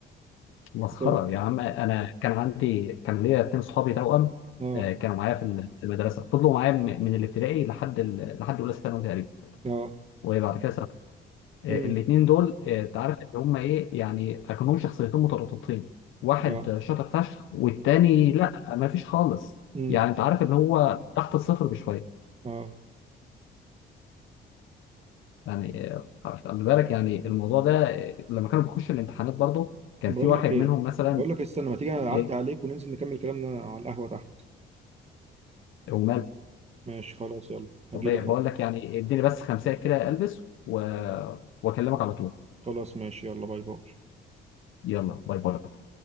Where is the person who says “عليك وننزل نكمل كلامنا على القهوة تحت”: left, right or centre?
Right